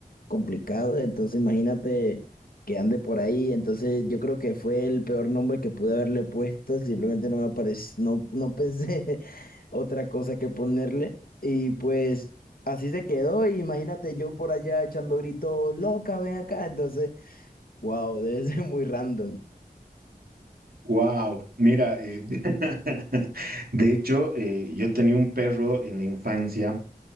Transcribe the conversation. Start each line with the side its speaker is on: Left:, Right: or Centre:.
Left: complicado. Entonces, imagínate que ande por ahí. Entonces, yo creo que fue el peor nombre que pude haberle puesto. Simplemente no me apareció, no, no pensé <laughs> otra cosa que ponerle. Y pues así se quedó. Y imagínate yo por allá echando grito, loca, ven acá. Entonces, wow, <laughs> debe ser muy random.
Right: Wow, mira, eh, <laughs> de hecho, eh, yo tenía un perro en la infancia